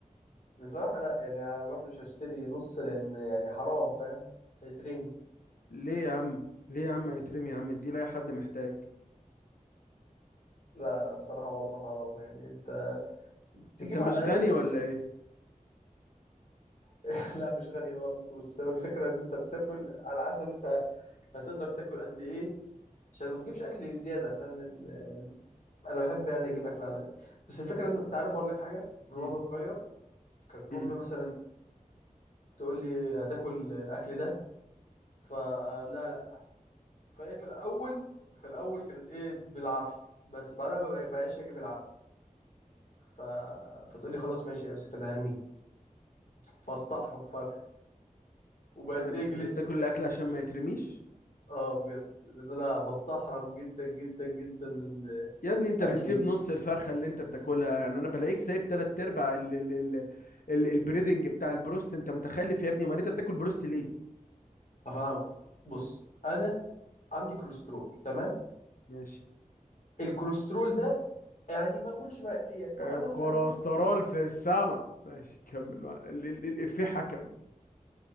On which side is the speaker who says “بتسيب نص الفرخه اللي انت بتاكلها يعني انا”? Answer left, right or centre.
Left